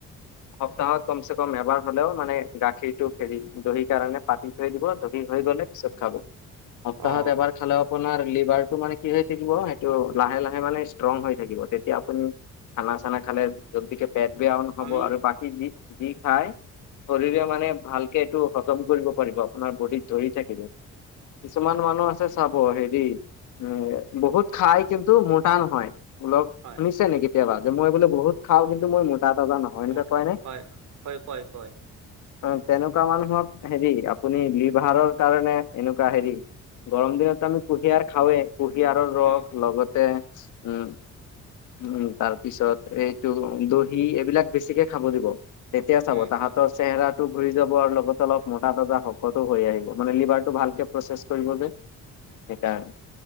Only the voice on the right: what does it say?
অ
আমি
হয়
হয়
মোৰ
হয় হয় কয় কয়
উম,
উম,
উম।